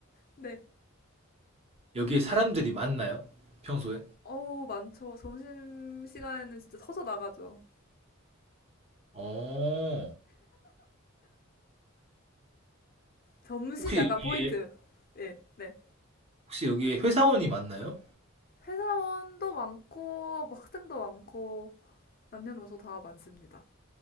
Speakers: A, on the left; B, on the right.
A: 네.
B: 여기에 사람들이 많나요? 평소에?
A: 어우 많죠. 점심 시간에는 진짜 터져 나가죠.
B: 어,
A: 점심
B: 혹시
A: 약간
B: 여기에,
A: 포인트. 네, 네.
B: 혹시 여기에 회사원이 많나요?
A: 회사원도 많고 뭐 학생도 많고 남녀노소 다 많습니다.